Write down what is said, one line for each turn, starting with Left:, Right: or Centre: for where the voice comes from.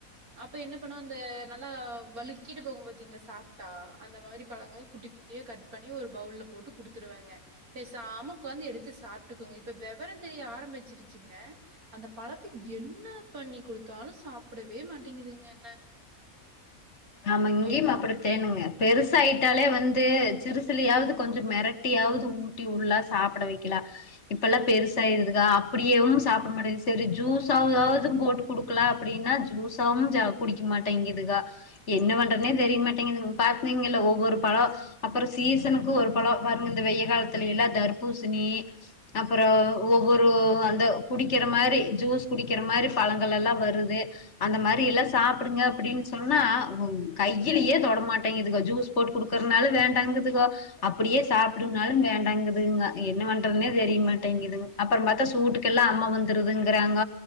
Right: அப்ப என்ன பண்ண அந்த நல்லா வழுக்கிட்டு போகும்பத்திங்கல சாப்டா அந்த மாரி பழங்கள் குட்டி குட்டி அப்டியே கட் பண்ணி ஒரு பயுள்ள போட்டு குடுத்துருவங்க பேசாம உக்காந்து எடுத்து சாப்பிடுக்குங்க இப்ப வெவரோ தெரிய ஆரம்பிச்சிருச்சு அந்த பழத்த என்ன பண்ணி கொடுத்தாலு சாப்பிடவே மாட்டேங்குதுங்க என்ன
Left: ஆமா இங்கேயும்
Right: என்
Left: அப்புடி தேனுங்க பெருசாயிட்டாலே வந்து சிறு சிலியாவது கொஞ்சோ மிரட்டியாவது ஊட்டி உள்ளா சாப்பிட வைக்கலா இப்ப எல்லா பெருசாயிதுக்கா அப்படியேவு சாப்பிட மாட்டேது சரி ஜூஸாவதாவது போட்டு குடுக்கலா அப்படின்னா ஜூஸாவு ஜ குடிக்க மாட்டேங்குதுக்கா என்ன பண்றதுனே தெரிய மாட்டேங்குது பார்த்தீங்கல ஒவ்வொரு பழம் அப்புறம் சீசனுக்கும் ஒரு பழம் வரும்ங்க இந்த வெயை காலத்துல எல்லாம் தர்பூசணி அப்ரோ ஒவ்வொரு அந்த குடிக்கிற மாரி ஜூஸ் குடிக்கிற மாதிரி பழங்கள் எல்லா வருது அந்த மாரி எல்லா சாப்பிடுங்க அப்படின்னு சொன்னா உ கையிலயே தொடமாட்டேதுங்க ஜூஸ் போட்டு கொடுக்கறதுனால வேண்டாங்குத்துங்க அப்படியே சாப்பிடுங்கனாலு வேண்டாங்குதுங்க என்ன பண்றதுனே தெரியமாட்டேங்குதுங்க அப்ரோ பார்த்தா சூட்டுக்கெ எல்லா அம்மா வந்துருதுங்கறாங்க